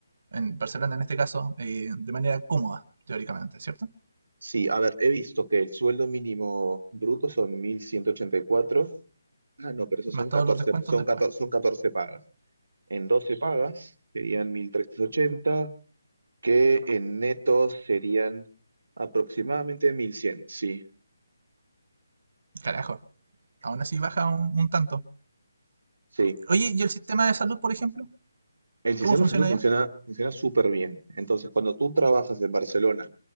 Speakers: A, on the right (about 50°); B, on the right (about 85°).
A: en Barcelona en este caso, eh, de manera cómoda, teóricamente, ¿cierto?
B: Sí, a ver, he visto que el sueldo mínimo bruto son mil ciento ochenta y cuatro Ah, no, pero esos
A: Más
B: son
A: todos
B: catorce
A: los descuentos
B: son
A: después.
B: 14, son 14 pagas. En 12 pagas serían 1380 que en netos serían aproximadamente mil cien sí.
A: Carajo, aún así baja un, un tanto.
B: Sí,
A: Oye, ¿y el sistema de salud, por ejemplo?
B: El sistema
A: ¿Cómo funciona
B: de salud funciona,
A: allá?
B: funciona súper bien. Entonces, cuando tú trabajas en Barcelona,